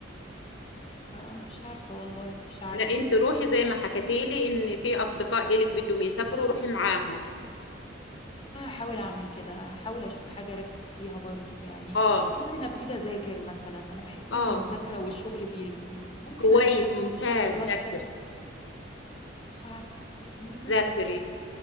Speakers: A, on the left; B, on the left.
A: بس فمش عارفه والله مش عارفه
B: لا انت روحي زي ما حكتيلي ان في اصدقاء الك بدهم يسافروا روحي معاهم
A: والله هحاول اعمل كده هحاول اشوف حاجه اركز فيها برضو يعني
B: اه
A: ممكن ابتدي اذاكر مثلا انا بحس
B: اه
A: ان المذاكره والشغل بيلهوني ممكن
B: كويس
A: الهي نفسي
B: ممتاز
A: في الشغل واسحل
B: ذاكر
A: مش عارف ممكن
B: ذاكري